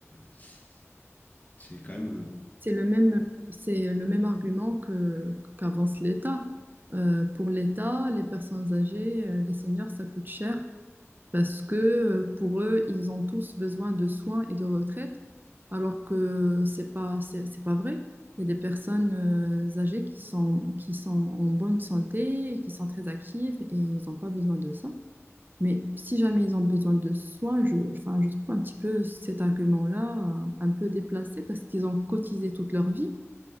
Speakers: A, on the left; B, on the right.
A: c'est c'est quand même.
B: C'est le même, c'est le même argument que, qu'avance l'État. Euh, pour l'État, les personnes âgées, euh, les seniors, ça coûte cher parce que euh, pour eux, ils ont tous besoin de soins et de retraite, alors que c'est pas, c'est, c'est pas vrai. Il y a des personnes euh, âgées qui sont, qui sont en bonne santé, et qui sont très actives et ils n'ont pas besoin de ça. Mais si jamais ils ont besoin de soins, je, enfin, je trouve un petit peu cet argument-là euh, un peu déplacé parce qu'ils ont cotisé toute leur vie.